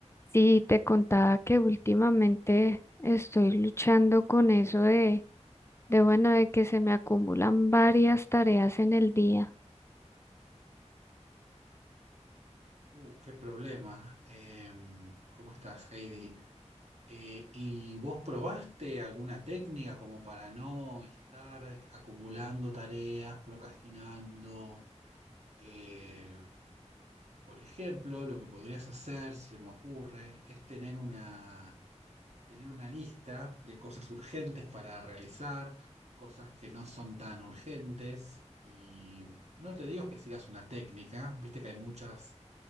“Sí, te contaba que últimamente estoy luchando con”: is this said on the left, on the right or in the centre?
Left